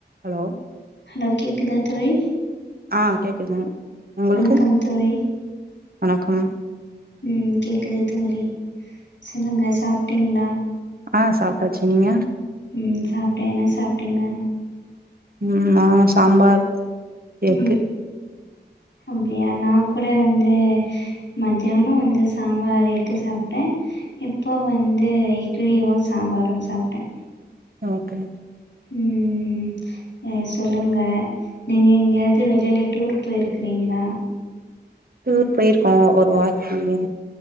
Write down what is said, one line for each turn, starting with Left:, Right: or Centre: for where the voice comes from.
Right: hello
Left: hello கேக்குதா தோழி
Right: ஆ கேக்குதுங் உங்களுக்கு
Left: வணக்கம் தோழி
Right: வணக்கம்
Left: ம் கேக்குது தோழி சொல்லுங்க சாப்டீங்ளா
Right: ஆ சாப்ட்டாச்சு நீங்க
Left: ம் சாப்ட்டே என்ன சாப்ட்டீங்க
Right: ம் நா சாம்பார் எக்கு
Left: ம் அப்டியா நா கூட வந்து மத்யானோ வந்து சாம்பார் எக்கு சாப்ட்டே இப்ப வந்து இட்லியு சாம்பாரு சாப்ட்டே
Right: ஓகே
Left: ம் ஆ சொல்லுங்க நீங்க எங்கேயாது வெளில டூர் போயிருக்கிருங்ளா
Right: டூர் போயிருக்கோ ஒரு வாட்டிங்க